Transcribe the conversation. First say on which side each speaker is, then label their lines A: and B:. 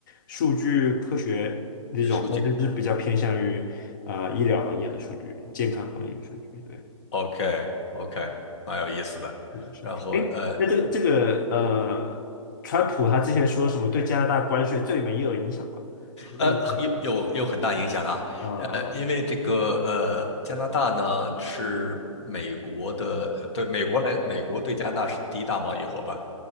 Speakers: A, on the left (about 35°); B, on the left (about 55°).
A: 数据科学那种，
B: 数据
A: 但是是比较偏向于啊医疗行业的数据、健康行业的数据。对，
B: OK OK，蛮有意思的。
A: 是是。
B: 然后呃
A: 哎，那这个这个呃，川普他之前说什么对加拿大关税这里面也有影响吧？应该有影响吧。
B: 呃，有有有很大影响啊，
A: 啊
B: 呃，因为这个呃，加拿大呢是美国的，呃对美国来，美国对加拿大是第一大贸易伙伴，